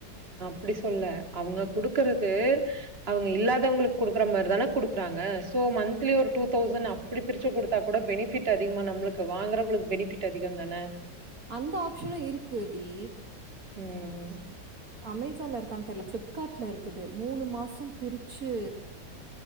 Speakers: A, on the right; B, on the right.
A: ப்படி சொல்ல அவங்க
B: ம்.
A: கொடுக்குறது அவங்க இல்லாதவங்களுக் குடுக்குற மாரி தானே குடுக்குறாங்க சோ மந்த்லி ஒரு டூ தௌசண்ட் அப்படி பிரிச்சு குடுத்தா கூட பெனிஃபிட் அதிகமா நம்மளுக்கு வாங்கறவங்களுக்கு பெனிபிட் அதிகம் தானே
B: அந்த ஆபஷனு இருக்குடி
A: ம்
B: அமேசான்ல இருக்கான்னு தெரியல ஃப்ளிப்கார்ட்ல இருக்குது மூணு மாஷோ பிரிச்சு